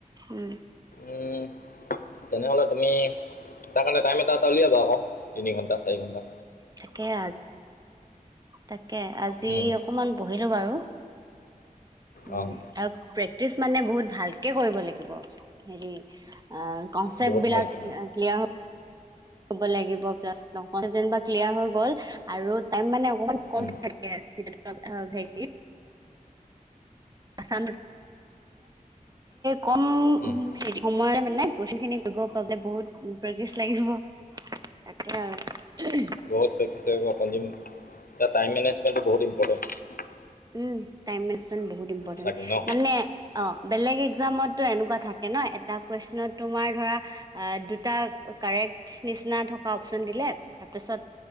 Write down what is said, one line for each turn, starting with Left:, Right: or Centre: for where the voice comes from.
Right: উম।
Left: উম। তেনেহলে তুমি তাৰ কাৰণে টাইম এটা এটা উলিয়াবা আকৌ তিনি ঘন্টা চাৰি ঘন্টা।
Right: তাকে আ তাকে আজি
Left: উম,
Right: অকমান বহিলোঁ বাৰু। উম
Left: অ',
Right: আৰু প্ৰেক্টিচ মানে বহুত ভালকে কৰিব লাগিব হেৰি। কনচেপ্ট
Left: বহুত
Right: বিলাক
Left: ভালকে
Right: ক্লিয়াৰ হ হ'ব লাগিব প্লা যেন ক্লিয়াৰ হৈ গ'ল। আৰু টাইম মানে অকমান কম
Left: উম,
Right: থাকে চি টেটৰ হেৰিত। <inaudible> কম
Left: উম,
Right: সময়ে মানে কুয়েচন খিনি কৰিব পৰাকে বহুত প্ৰেক্টিচ লাগিব তাকে আৰু
Left: বহুত প্ৰেক্টিনি লাগিব, টাইম মেনেজমেণ্ট টো বহুত ইম্পটেণ্ট।
Right: উম টাইম মেজমেট বহুত ইম্পৰটেণ্ট
Left: চাগে ন?
Right: মানে অ' বেলেগ। একজামতো এনেকুৱা থাকে ন' এটা কুৱেশনত তোমাৰ ধৰা দুটা কাৰেক্ট। নিচিনা থকা অপশচন দিলে তাৰপিছত।